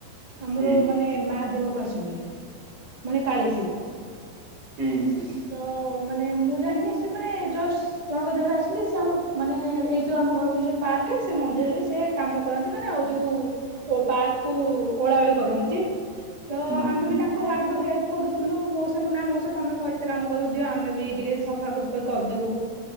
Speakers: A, on the right (about 85°); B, on the right (about 35°).
A: ଆମର
B: ହୁଁ
A: ମାନେ ମା ଦେହକୁ ଆସନ୍ତି ମାନେ କାଳିଶି।
B: ହୁଁ ହୁଁ।
A: ତ ମାନେ ମୁଁ ଜାଣିନି ସେ ମାନେ ଜଷ୍ଟ୍ ଜଣଙ୍କ ଦେହରେ ଆସନ୍ତି ସେ ଆମ ମାନେ ଏଇ ଯୋଉ ଆମ ଘରକୁ ଯୋଉ ପାର୍କ ସେ ମନ୍ଦିରରେ ସେ କାମ କରନ୍ତି ମାନେ ଆଉ ଯୋଉ ପା କୁ ଓଳାଓଳି କରନ୍ତି ତ
B: ହୁଁ
A: ଆମେ
B: ହୁଁ
A: ବି ତାଙ୍କୁ ଆଗରୁ ହେଲ୍ପ କରୁଛୁ। ଥିଲୁ ମଉସା କୁ ନା ମଉସା ତୋମେ କହି କେତେ କାମ କରିବ ଦିଅ ଆମେ ବି ଟିକେ ସଫାସଫା କରିଦବୁ।